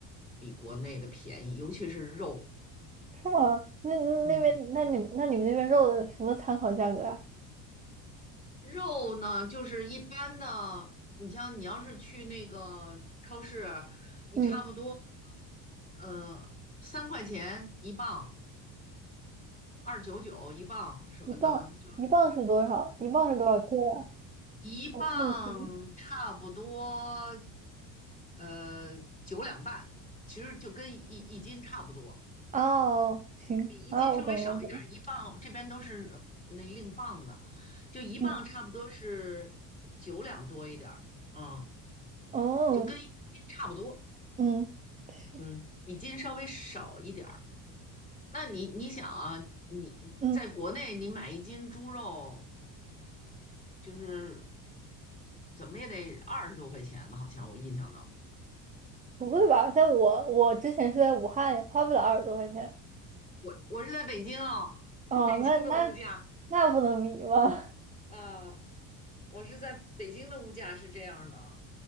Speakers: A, on the left; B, on the right.
A: 比国内的便宜，尤其是肉。
B: 是吗？那那边那你那你们那边肉的什么参考价格啊？
A: 嗯，肉呢，就是一般的，你像你要是去那个超市，你差不多
B: 嗯，
A: 呃三块钱一磅，二九九一磅什么的，
B: 一磅一磅是多少？
A: 就是。
B: 一磅是多少克呀？
A: 一磅差不多，
B: 我算不清。
A: 呃，九两半，其实就跟一一斤差不多，
B: 哦，行啊，
A: 比一斤稍微少一点儿。
B: 我懂了，我懂了。
A: 一磅这边都是呃那另磅的，就一磅差不多是九两多一点儿，
B: 嗯，
A: 嗯，
B: 哦，
A: 就跟一斤差不多，
B: 嗯，是，
A: 嗯，比斤稍微少一点儿。那你你想啊，你你在国内你买一斤猪肉
B: 嗯，
A: 就是怎么也得二十多块钱呢，好像我印象当中。
B: 不会吧？在我我之前是在武汉，花不了二十多块钱。
A: 我我是在北京啊，
B: 哦，
A: <laughs> 北京的物价，
B: 那那那不能比吗？
A: 呃，我是在北京的物价是这样的，